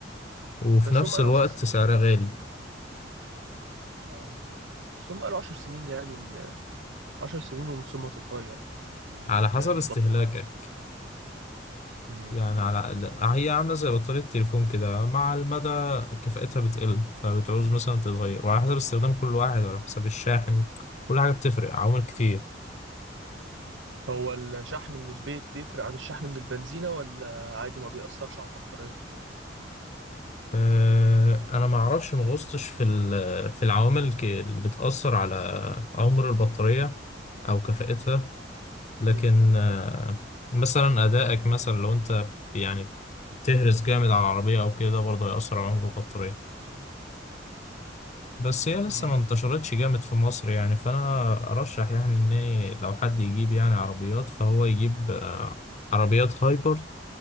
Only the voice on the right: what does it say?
بس
هم قالوا
10 سنين
فعلا بس هم قالوا 10 سنين يعني ان 10 سنين ومن ثم تتغير ال-
البطارية
مم.
هو الشحن من البيت بيفرق عن الشحن من البنزينة ولا عادي ما بيأثرش على البطارية؟
مم.
مم.
بس